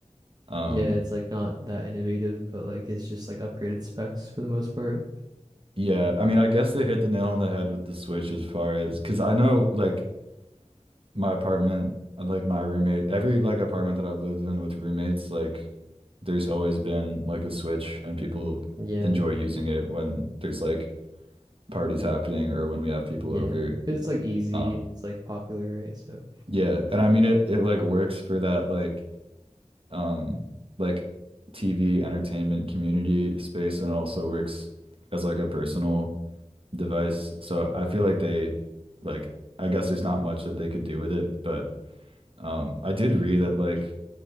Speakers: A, on the right; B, on the right.
A: Um,
B: Yeah, it's like not that innovative, but like it's just like upgraded specs for the most part.
A: yeah, I mean, I guess they hit the nail on the head with the Switch as far as because I know like. my apartment, and, like my roommate, every like apartment that I've lived in with roommates, like there's always been like a switch and people
B: Yeah,
A: enjoy using it when there's like parties happening or when we have people
B: yeah,
A: over.
B: because it's like easy
A: Um
B: and it's like popular, right? So.
A: yeah, and I mean it it like works for that like um like TV entertainment community space and it also works as like a personal device. So I feel like they like I guess there's not much that they could do with it, but um, I did read that like